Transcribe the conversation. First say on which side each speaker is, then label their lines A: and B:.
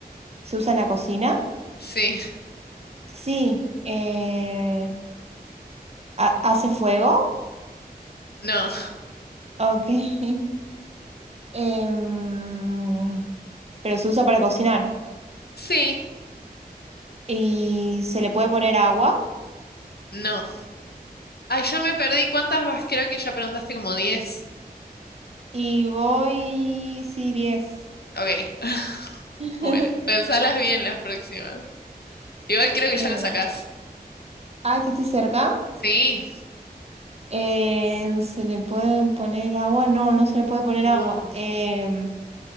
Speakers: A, on the right; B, on the left.
A: ¿Se usa en la cocina?
B: sí.
A: Sí. Eh, ¿ha- ¿hace fuego?
B: No.
A: Ok. <laughs> Em, pero se usa para cocinar.
B: <laughs> Sí,
A: Y se le puede poner agua.
B: no. Ay, ya me perdí. ¿Cuántas vas? Creo que ya preguntaste como diez.
A: Y voy. Sí, diez
B: Ok. <laughs>
A: <laughs>
B: Bueno, pensalas bien las próximas. Igual creo
A: Eh,
B: que ya lo sacás.
A: Ah, es que estoy cerca.
B: Sí.
A: Eh, ¿se le puede poner agua? No, no se le puede poner
B: No.
A: agua. Em,